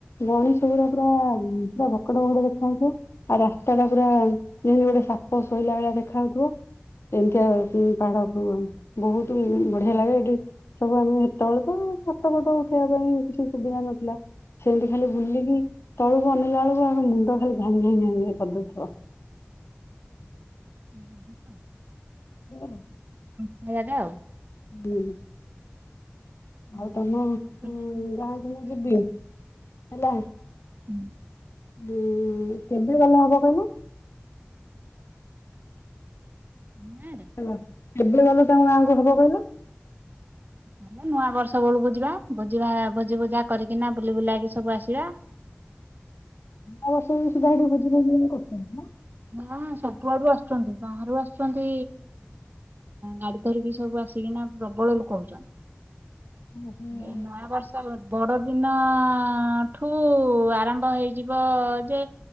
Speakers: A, on the left; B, on the right.
A: ଗଣେଶ ପୁରା ପୁରା ପୁରା ବକଡ ବକଡ ଦେଖା ହାଉଉଥିବ ଆଉ ରାସ୍ତା ଟା ପୁରା ଯେମିତି ଗୋଟେ ସାପ ଶୋଇଲା ଭଳିଆ ଦେଖା ହଉଥିବ। ଏମିତି ଆଉ ପାହାଡକୁ ବହୁତ ବଢିଆ ଲାଗେ ଏଠି ସବୁ ଆମେ ସେତେବେଳେ ତ ଫଟ ଫଟ ଉଠେଇବା ପାଇଁ କିଛି ସୁବିଧା ନଥିଲା ସେମିତି ଖାଲି ବୁଲିକି ତଳକୁ ଅନେଇଲା ବେଳକୁ ଆ ମୁଣ୍ଡ ଖାଲି ଘାଙ୍ଗି ଘାଙ୍ଗି ଘାଙ୍ଗି କରିଦଉଥିବ।
B: ହ
A: ହୁଁ
B: ସେ ଦାଦା ଆଉ।
A: ହୁଁ ଆଉ
B: ଆମର
A: ତମ ଉ
B: ମକରରେ ପ୍ରସିଦ୍ଧ
A: ଗାଁକୁ ମୁଁ
B: ହୁଏ
A: ଯିବି
B: ଖୁସିରେ।
A: ହେଲା।
B: ହୁଁ
A: ଉଁ କେବେ ଗଲେ ହବ କହିଲୁ।
B: ଆମ ଗାଁରେ
A: ହେଲା। କେବେ ଗଲେ ତାଙ୍କ ଗାଁଙ୍କୁ ହବ କହିଲ।
B: ତାଲେ ନୂଆ ବର୍ଷ ବେଳକୁ ଯିବା। ଭୋଜି ଭୋଜି ଭୋଜା କରିକିନା ବୁଲି ବୁଲାକି ସବୁ ଆସିବା। <inaudible>
A: ଷ ସୁଧା ହେଇଡି ଭୋଜନ ଭ କର ନା
B: ନା ସବୁଆଡୁ ଆସୁଛନ୍ତି ବାହାରୁ ଆସୁଚନ୍ତି। ଗାଡି ଧରିକି ସବୁ ଆସିକିନା ପ୍ରବଳ ଲୋକ ହଉଛନ୍ତି।
A: ହଉ
B: ଏ ନୂଆ ବର୍ଷ ବଡଦିନ ଠୁ ଆରମ୍ଭ ହେଇଯିବ ଯେ